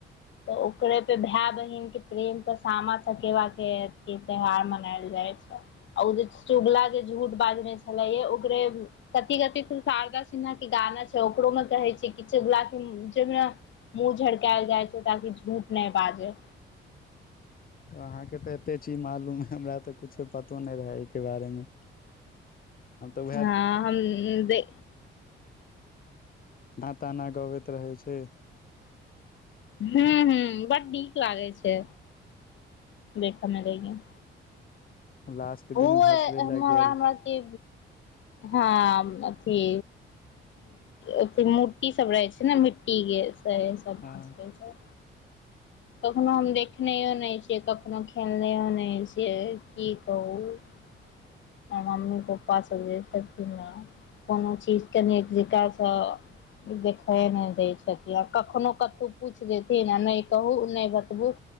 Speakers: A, on the left (about 70°); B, on the left (about 45°).
A: तै ओकरे पे भाय बहिन के प्रेम पे सामा चकेवा के के त्यौहार मनायल जाइ छै उ जे चुगला जे झूठ बाजने छले ओकरे कथि कथि तै शारदा सिन्हा के गाना छै ओकरो मे कहै छै कि चगुला के उ चुगला मुँह झरकायल जाइ छै ताकि झूठ नै बाजे
B: अहाँ के त एते चीज मालूम हे हमरा त कुछो पतो नय रहै ऐ के बारे मे हम तऽ उएह
A: हां हम उम्म देे
B: ना ताना गबति रहै छै
A: हुं हुं बड नीक लागै छै देखऽ मे लेकिन
B: लास्ट
A: ओहो
B: दिन भसबे लए गेल
A: हमरा के हां अथी अथी मूर्ति सब रहै छै नै मिट्टी के सेह से तब
B: हँ
A: हंसबै छै कखनो हम देखनैयौ नै छियै कखनो खेलनियौ नै छियै की त उ ए मम्मी पप्पा सब जे छथिन ने कुनु चीज के निक जेका सऽ देखय नै दै छथि आ कखनो कतो पूछ देथिन आ नै कहू नय बतबू